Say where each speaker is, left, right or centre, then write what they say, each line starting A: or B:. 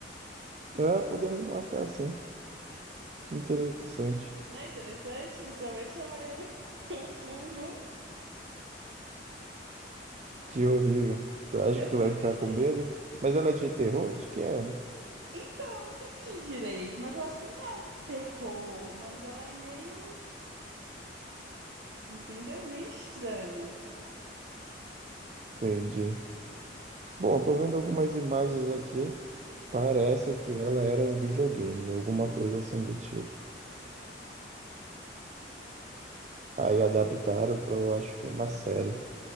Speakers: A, on the right; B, on the right.
A: É, podemos marcar sim. Que interessante.
B: Não é interessante? Visualmente trabalhando <laughs> com fungo.
A: Que horrível. Tu acha
B: Eu
A: que tu
B: com
A: vai
B: medo.
A: ficar com medo? Mas ela é de terror? De que é?
B: Então, não entendi direito, mas eu acho que não é um terror, mas ela é meio, entendeu? Meio estranha.
A: Entendi. Bom, tô
B: En-
A: vendo algumas imagens aqui. Parece que ela era um videogame, alguma coisa assim do tipo. Aí adaptaram para eu acho que uma série.